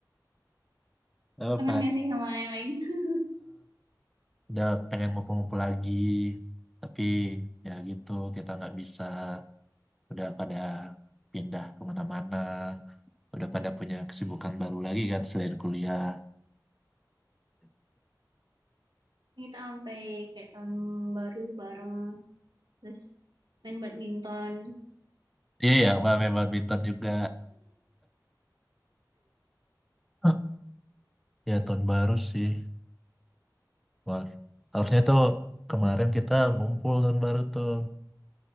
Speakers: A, in the centre; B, on the right (about 85°).
A: <clears throat> Apa?
B: kangen gak sih sama yang lain <laughs>
A: udah pengen ngumpul-ngumpul lagi tapi ya gitu kita nggak bisa udah pada pindah kemana-mana udah pada punya kesibukan baru lagi kan selain kuliah
B: kita sampai kayak tahun baru bareng terus main badminton
A: iya ya main badminton juga <laughs> ya tahun baru sih Wah, harusnya tuh kemarin kita ngumpul tahun baru tuh